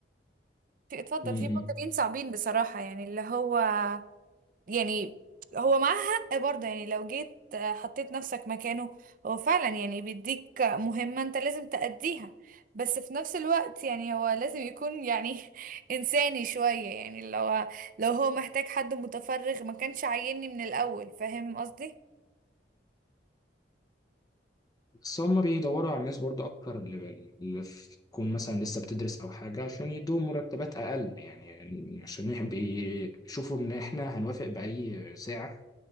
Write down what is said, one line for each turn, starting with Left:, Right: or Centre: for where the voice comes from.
Right: في اتفضل
Left: م-
Right: في
Left: م.
Right: مديرين صعبين بصراحة يعني اللي هو يعني هو معاه حق برضه يعني لو جيت آه، حطيت نفسك مكانه هو فعلا يعني بيديك مهمة انت لازم تأديها بس في نفس الوقت يعني هو لازم يكون يعني <laughs> إنساني شوية يعني لو لو هو محتاج حد متفرغ ما كانش عايزني من الأول فاهم قصدي؟
Left: بس هم بيدوروا على الناس برضو اكتر اللي اللي في- تكون مثلا لسه بتدرس او حاجة عشان يدوهم مرتبات اقل يعني يعني عشان يح- بيشوفوا ان احنا هنوافق بأي سعر